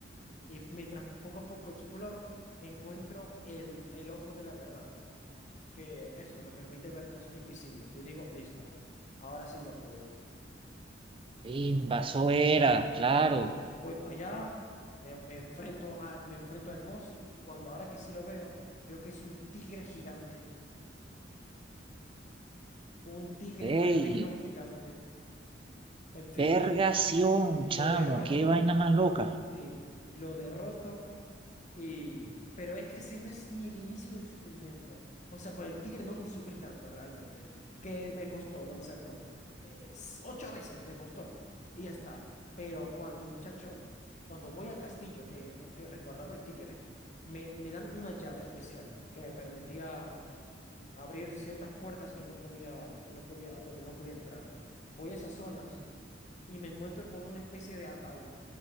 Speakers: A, on the left (about 40°); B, on the right (about 30°).
A: Y mientras poco a poco exploro, encuentro el, el ojo de la verdad, que eso me permite ver cosas invisibles. Yo digo, listo, ahora sí ya puedo.
B: Invaso era, claro.
A: Voy para allá, me, me enfrento a, me enfrento al boss y, y cuando ahora que sí lo veo, veo que es un tigre gigante, un tigre
B: ¡Ey!
A: albino gigante. En fin,
B: Vergación,
A: lo
B: chamo,
A: derroto,
B: qué vaina más loca.
A: sí, lo derroto Y, pero es que ese no es ni el inicio del sufrimiento. O sea, con el tigre no ni sufrí tanto realmente, que me costó vencerlo. Eh, s- ocho veces me costó y ya está. Pero cuando, muchacho, cuando voy al castillo que, gu- que resguardaba el tigre, me, me dan una llave especial que me permitía eh, abrir ciertas puertas que no podía, que no podía, donde no podía entrar. Voy a esas zonas y me encuentro con una especie de ataúd